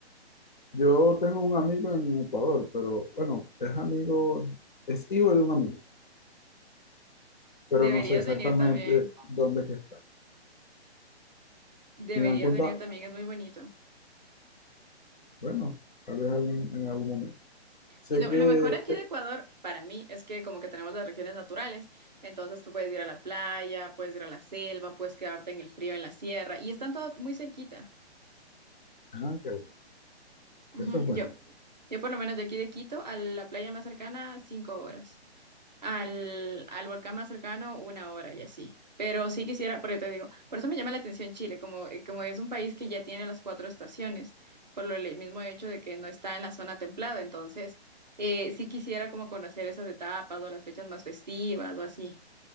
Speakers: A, on the left; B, on the right.
A: Yo tengo un amigo en Ecuador, pero bueno, es amigo, es hijo de un amigo pero
B: Deberías
A: no sé exactamente
B: venir también,
A: dónde es que está.
B: deberías
A: Y me han contado,
B: venir también, es muy bonito.
A: bueno, tal vez algún- en algún momento. Sé
B: Y lo,
A: que,
B: lo mejor aquí
A: eh,
B: de Ecuador, para mí, es que como que tenemos las regiones naturales, entonces tú puedes ir a la playa, puedes ir a la selva, puedes quedarte en el frío, en la sierra, y están todo muy cerquita.
A: ah, qué bueno,
B: Ujú,
A: eso es bueno.
B: Yo, yo por lo menos de aquí de Quito a la playa más cercana, cinco horas. Al, al volcán más cercano, una hora y así. Pero sí quisiera, porque te digo, por eso me llama la atención Chile, como, eh, como es un país que ya tiene las cuatro estaciones, por lo, el mismo hecho de que no está en la zona templada. Entonces, eh, sí quisiera como conocer esas etapas o las fechas más festivas o así.